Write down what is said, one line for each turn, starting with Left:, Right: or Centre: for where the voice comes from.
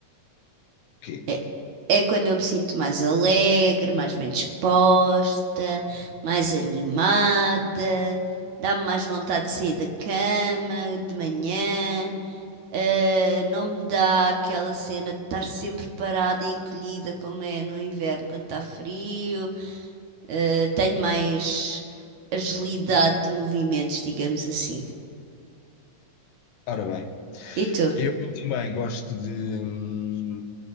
Left: quê?
Right: É, é quando eu me sinto mais alegre, mais bem disposta, mais animada, dá-me mais vontade de sair da cama de manhã. Eh, não me dá aquela cena de estar sempre parada e encolhida, como é no inverno, quando está frio. Eh, tenho mais agilidade de movimentos, digamos assim.
Left: Ora bem,
Right: E tu?
Left: eu também gosto de hum,